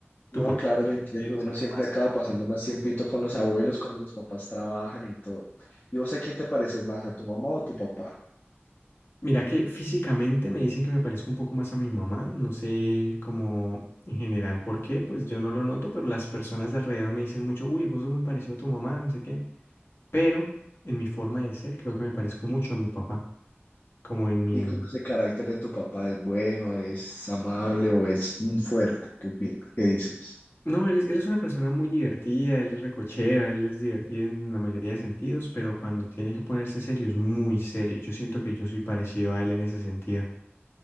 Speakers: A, on the left; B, on the left.
A: No,
B: ¿Tú por
A: claro,
B: qué
A: yo entiendo.
B: eres
A: Uno
B: como
A: siempre
B: más
A: acaba
B: cercano?
A: pasando más tiempito con los abuelos cuando los papás trabajan y todo. ¿Y vos a quién te pareces más, a tu mamá o a tu papá?
B: Mira que físicamente me dicen que me parezco un poco más a mi mamá, no sé cómo en general por qué, pues yo no lo noto, pero las personas de alrededor me dicen mucho, uy, vos sos muy parecido a tu mamá, no sé qué, pero en mi forma de ser creo que me parezco mucho a mi papá, como en mi...
A: ¿Y cómo es el carácter de tu papá? ¿Es bueno, es amable o es un fuerte? ¿Qué opinas? ¿Qué dices?
B: No, él es, él es una persona muy divertida, él es recochera, él es divertido en la mayoría de sentidos, pero cuando tiene que ponerse serio es muy serio, yo siento que yo soy parecido a él en ese sentido.